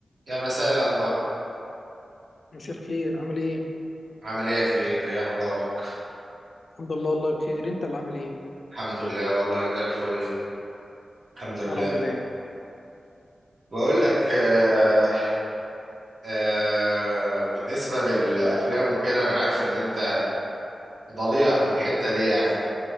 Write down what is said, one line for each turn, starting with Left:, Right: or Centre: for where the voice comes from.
Right: يا مساء الأنوار
Left: مساء الخير عامل ايه؟
Right: عامل إيه يا كبير إيه أخبارك
Left: الحمد لله والله بخير انت اللي عامل ايه؟
Right: الحمد لله والله زي الفل الحمد لله
Left: يا رب دايما
Right: بقول لك آه آه بالنسبة للأفلام وكده أنا عارف إن أنت ضليع في الحتة دي يعني